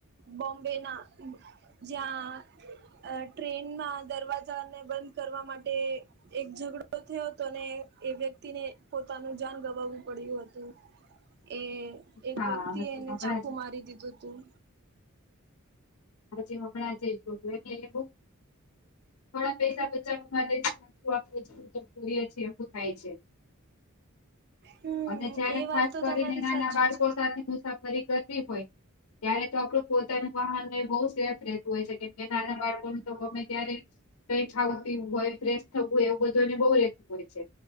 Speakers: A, on the right (about 50°); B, on the left (about 80°).
A: બોમ્બે ના. જ્યાં અ ટ્રેનમાં દરવાજાને બંધ કરવા માટે. એક ઝઘડો થયો હતો અને એ વ્યક્તિને પોતાનું જાન ગવાવું પડ્યું હતું એ. એક
B: હા
A: વ્યક્તિ
B: હજી
A: એ એને
B: હમણાં
A: ચાખુ
B: જ
A: મારી દીધું તું.
B: આજે હમણાં જે બેગ લ‌ઈને મુક થોડા પૈસા બચાવવા માટે આપડએ છીએ એું થાય છે <inaudible>
A: હમ
B: અને જ્યારે
A: એ
B: ખાસ
A: વાત તો
B: કરીને
A: તમારી
B: નાના
A: સાચી
B: બાળકો
A: છે
B: સાથે મુસાફરી કરવી હોય ત્યારે તો આપડું પોતાનું વાહન એ બહુ સેફ રહેતું હોય છે કેમ કે નાના બાળકોનું તો ગમે ત્યારે કઈ ખાવતી હોય ફ્રેશ થવું હોય એવું બધુંને બહુ રહેતું હોય છે.